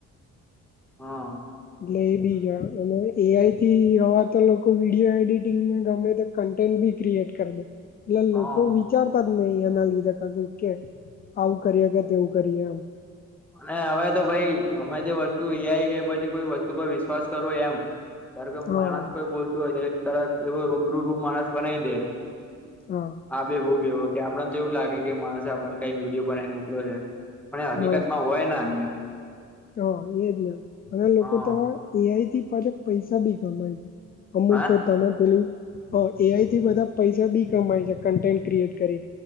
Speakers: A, in the centre; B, on the left (about 30°).
A: હા.
B: એટલે એ બીજા અને એઆઈ થી હવ તો લોકો વિડિયો એડિટિંગમાં ગમે તો કન્ટેન્ટ બી ક્રિએટ કરી દે. એટલે
A: હા
B: લોકો વિચાર કર અહીયા ના લીધે કશુંક કે આવું કરીએ કે તેવું કરીએે એમ
A: અને હવે તો ભાઈ ગમે તે વસ્તુ આઈ કે પછી કોઈ વસ્તુ પર વિશ્વાસ કરો એમ તાર કે
B: હા
A: માણસ કોઈ બોલતું હોય તો તરત એવ રૂબરૂ રૂબ માણસ બનાવી દે.
B: હા
A: આ બે હ બેવ આપણને તો એવું જ લાગે કે માણસે આપને કઈ વિડીયો બનાવીને મોકલો્યો છે પણ
B: હ
A: એ હકીકતમાં હોય ના એ
B: હ એજ અને લોકો
A: હા
B: તો એઆઈ થી પાછા પૈસા બી કમાય છે અમુક
A: હા
B: તમે પેલું એઆઈથી બધા પૈસા બી કમાય છે કન્ટેન્ટ ક્રિએટ કરી